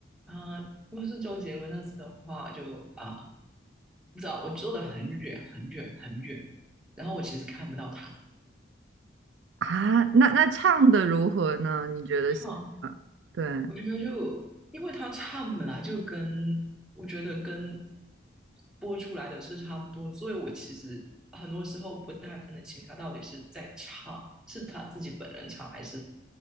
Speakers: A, in the centre; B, on the right.
A: 啊、如果是周杰伦那次的话，就啊、不知道我坐的很远很远很远，然后我其实看不到他。
B: 啊，那那唱的如何呢？你觉得现场，
A: 他好像。
B: 对，
A: 我觉得就因为他唱本来就跟我觉得跟播出来的是差不多，所以我其实很多时候不太分得清他到底是在唱，是他自己本人唱还是